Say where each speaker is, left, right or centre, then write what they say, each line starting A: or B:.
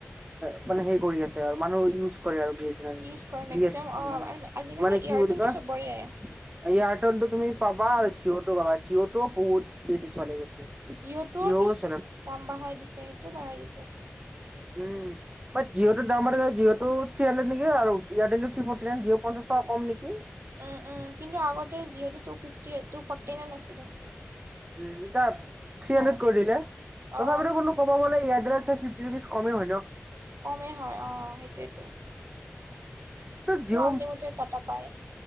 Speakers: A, on the right (about 25°); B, on the right (about 75°).
A: মানে মানে সেই কৰি আছে আৰু মানুহ ইউজ কৰে আৰু <unintelligible>
B: ইউজ কৰে মেক্সিমাম
A: বি
B: অ
A: মান
B: আজিকালি
A: মানে
B: এয়াৰটেলটো
A: কি বুলি কয়
B: চবৰে
A: এই আটো <unintelligible> তুমি পাবা আৰু জিঅ'টো পাবা জিঅ'টোও বহুত লেজি চলে
B: জিঅ'টোওতো
A: জিঅ'ও চলে
B: দাম বাঢ়াই দিছে সেইটোও বাঢ়াই দিছে
A: উম বাদ জিঅটোৰ দাম জিঅটো নেকি আৰু এয়াৰটেল থ্ৰি ফৰট্ৰি নাইন পঞ্চাশ টকা নেকি
B: উম-উম কিন্তু আগতে জিঅ'টো ফৰটি নাইন আছিলে
A: উ এতিয়া
B: পঞ্চাশ টকা
A: থ্ৰি
B: কম
A: হানড্ৰেড
B: আছিলে।
A: কৰি দিলে তথাপিতো
B: অ
A: কোনো কব গ'লে এয়াৰটেল কমেই হয় ন
B: কমেই হয় অ সেইটোৱেই
A: জিঅ
B: আনলিমিটেড ডাটা পায়।